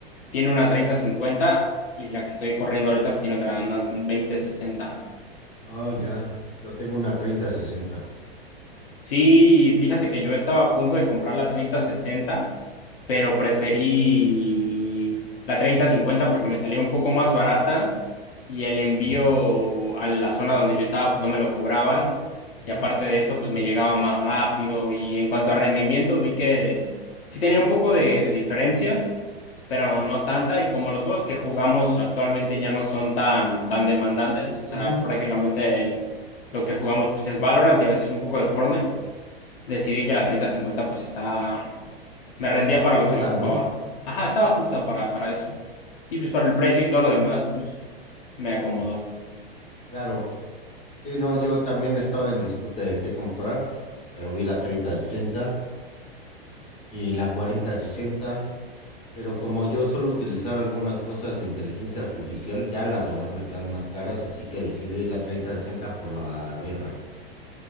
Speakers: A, on the left (about 70°); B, on the left (about 20°).
A: tiene una treinta cincuenta y la que estoy corriendo ahorita pues tiene otra, una veinte sesenta
B: Ah, ya. Yo tengo una 3060.
A: Sí, fíjate que yo estaba a punto de comprar la treinta sesenta pero preferí la treinta cincuenta porque me salía un poco más barata y el envío
B: Ujú.
A: a la zona donde yo estaba pues no me lo cobraban
B: Ujú,
A: y aparte de eso pues me llegaba más rápido y en cuanto a rendimiento vi que sí tenía un poco de, de diferencia, pero no tanta y como los juegos que jugamos actualmente ya no son tan, tan demandantes, o
B: Ujú.
A: sea, prácticamente el- lo que jugamos pues es Valorant y a veces un poco de Fortnite, decidí que la treinta cincuenta pues está me rendía para
B: Justa,
A: lo que la ocupaba.
B: ¿no?
A: Ajá, estaba justa para, para eso. Y pues para el precio y todo lo demás, pues me acomodó.
B: Mm, Claro. Sí, no, yo también estaba en disputa de qué comprar, pero vi la treinta sesenta y la cuarenta sesenta, pero como yo suelo utilizar algunas cosas de inteligencia artificial, ya las demás me quedan más caras, así que decidí la treinta sesenta por la VRAM,